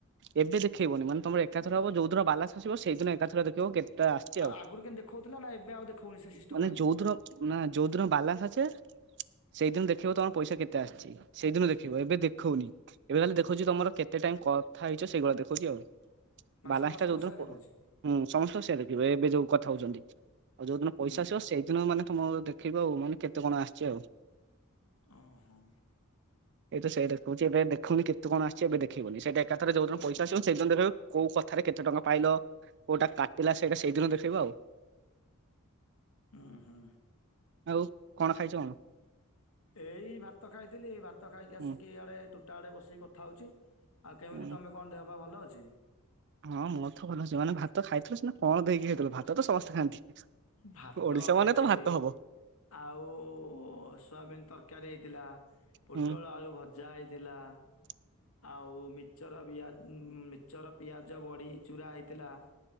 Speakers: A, on the right (about 55°); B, on the left (about 70°).
A: ଏବେ ଦେଖେଇବନି ମାନେ ତମର ଏକାଥର ହବ ଯୋଉ ଦିନ ବାଲାନ୍ସ ଆସିବ ସେଇଦିନ ଏକାଥର ଦେଖେଇବ। ଦେଖିବ କେତେଟଙ୍କା ଆସିଚି ଆଉ
B: ଆଗରୁ କେମିତି ଦେଖଉଥିଲା ନା ଏବେ ଆଉ ଦେଖଉନି ସେ ସିଷ୍ଟମ
A: ମାନେ
B: ନାହିଁ
A: ଯୋଉଦିନ
B: ଆଉ
A: ନା ଯୋଉ ଦିନ ବାଲାନ୍ସ ଆସେ ସେଇଦିନ ଦେଖିବ ତମର ପଇସା କେତେ ଆସିଚି। ସେଇଦିନ ଦେଖିବ ଏବେ ଦେଖଉନି ଏବେ ଖାଲି ଦେଖଉଚି ତମର କେତେ ଟାଇମ କ କଥା ହେଇଚ ସେଇଗୁଡା ଦେଖଉଚି ଆଉ
B: ମାନେ
A: ବାଲାନ୍ସଟା
B: ସମସ୍ତଙ୍କ
A: ଯୋଉଦିନ
B: ସେୟା
A: ପ
B: ଦେଖଉଛି।
A: ହୁଁ ସମସ୍ତଙ୍କ ସେଇଆ ଦେଖେଇବ ଏବେ ଯୋଉ କଥା ହଉଚନ୍ତି ଆଉ ଯୋଉ ଦିନ
B: ହୁଁ
A: ପଇସା ଆସିବ ସେଇଦିନ ମାନେ ତମର ଦେଖ୍ ଦେଖିବ ଆଉ ମାନେ କେତେ କଣ ଆସିଚି ଆଉ।
B: ଓହୋ।
A: ମୁଁ ତ ସେଇଟା କହୁଚି ଏବେ ଦେଖଉନି କେତେ କଣ ଆସିଚି ଏବେ ଦେଖେଇବନି ସେଇଟା ଏକାଥରେ ଯୋଉଦିନ ପଇସା ଆସିବ ସେଇଦିନ ଦେଖେଇବ କୋଉ କଥାରେ କେତେ ଟଙ୍କା ପାଇଲ? କୋଉଟା କାଟିଲା ସେଇଟା ସେଇଦିନ ଦେଖେଇବ ଆଉ।
B: ଉଁ ହଁ।
A: ଆଉ କଣ ଖାଇଚ କଣ?
B: ଏଇ ଭାତ ଖାଇଥିଲି ଭାତ ଖାଇକି
A: ହୁଁ
B: ଆସିକି ଇଆଡେ ତୋଟା ଆଡେ ବସିକି କଥା ହଉଚି। ଆଉ କେମିତି
A: ହୁଁ
B: ତମେ କଣ ଦେହ ପା ଭଲ ଅଛି?
A: ହଁ ମଁ ତ ଭଲ ଅଛି ମାନେ ଭାତ ଖାଇଥିଲ ସେ କଣ ଦେଇକି ହେଇଥିଲ ଭାତ ତ ସମସ୍ତେ ଖାଆନ୍ତି।
B: ଭାତ
A: ଓଡିଶା ମାନେ
B: ଖାଇଥିଲି।
A: ତ ଭାତ ହବ
B: ଆଉ ସୋୟାବିନ ତରକାରୀ ହେଇଥିଲା। ପୋଟଳ
A: ହୁଁ
B: ଆଳୁ ଭଜା ହେଇଥିଲା।
A: <unintelligible>
B: ଆଉ ମିଚର ପିଆ ମିଚର ପିଆଜ ବଡି ଚୁରା ହେଇଥିଲା।